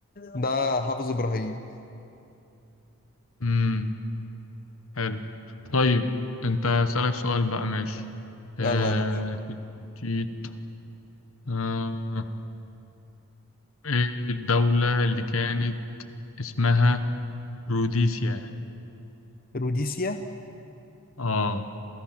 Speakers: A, on the left; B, on the left.
A: ده حافظ ابراهيم
B: مم. حلو طيب أنت أسألك سؤال بقى ماشي آه
A: يلا يا باشا
B: تيت- تيت. آه، إيه الدولة اللي كانت اسمها روديسيا؟
A: روديسيا
B: آه